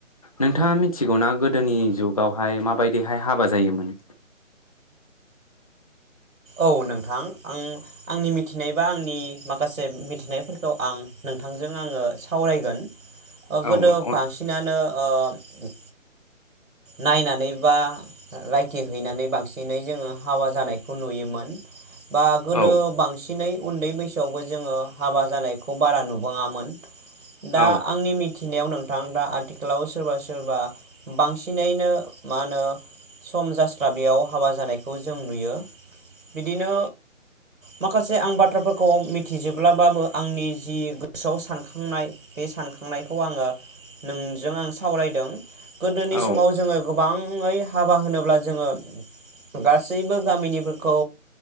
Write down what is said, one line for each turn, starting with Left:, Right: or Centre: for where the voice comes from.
Left: नोंथाङा मिथिगौना गोदोनि जुगावहाय माबायदिहाय हाबा जायोमोन
Right: औ नोंथां आं आंनि मिथिनाय बा आंनि माखासे मिथिनायफोरखौ आं नोंथांजों आङो सावरायगोन। गोदो
Left: औ औ
Right: बांसिनानो ओ नायनानै बा रायखि हैनानै बांसिनै जोङो हाबा जानाय खौ नुयोमोन बा गोदो
Left: औ
Right: बांसिनै उन्दै बैसोआवबो जोङो हाबा जानायखौ बारा नुबाङामोन। दा
Left: औ
Right: आंनि मि मिथिनायाव नोंथां दा आथिखालाव सोरबा सोरबा बांसिन बांसिनैनो मा होनो सम जास्लाबेैयाव हाबा जानायखौ जों नुयो। बिदिनो माखासे आं बाथ्राफोरखौ मिथिजोब्लाबाबो आंनि जि गोसोआव सानखांनाय बे सानखांनायखौ आङो नोंजों आं सावरायदों। गोदोनि
Left: औ
Right: समाव जोङो गोबां हाबा होनोब्ला जोङो गासैबो गामिनिफोरखौ